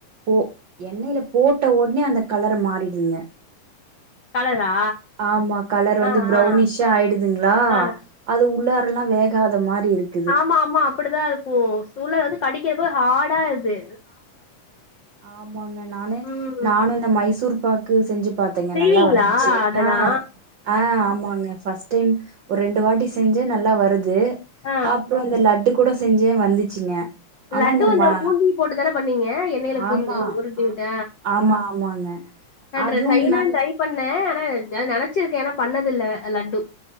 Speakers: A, on the right; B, on the left.
A: போ எண்ணெயில போட்ட ஒடனே அந்த கலரு மா ரிடுதுங்க
B: கலரா
A: ஆமா கலர் வந்து
B: ஆ
A: ப்ரௌனிஷா
B: ஆ
A: ஆயிடுதுங்ளா
B: ஆ
A: அது உள்ளார எல்லா வேகாத மாரி இருக்
B: ஆமா ஆமா அப்பிடிதா இருக்கு சூழ வந்து கடிக்கிற போ ஹார்டா இருது
A: ஆமாங்க நானு
B: ம்
A: நானு இந்த மைசூர் பாக் கு செஞ்சு பாத்தேங்க
B: செய்வீங்களா
A: நல்லா வந்துச்சு
B: அதெல்லா
A: ஆ ஆ ஆமாங்க ஃபஸ்ட் டைம் ஒரு ரெண்டு வாட்டி செஞ்சு நல்லா வருது
B: ஆ
A: அப்றோ இந்த லட்டு கூட செஞ்சே வந்துச்சுங்க ஆனா
B: லட்டு
A: இந்த
B: அந்த
A: ம
B: பூந்தி போட்டுதானே பண்ணீங்க மேல பூந்தி
A: ஆமா
B: உருட்டி
A: ஆ
B: விட்ட
A: ஆமா ஆமாங்க
B: ஆ
A: அதுவும்
B: சைன
A: நல்
B: பண்ண ஆனா நெனைச்சிருக்கே ஏன்னா பண்ணதுல்ல லட்டு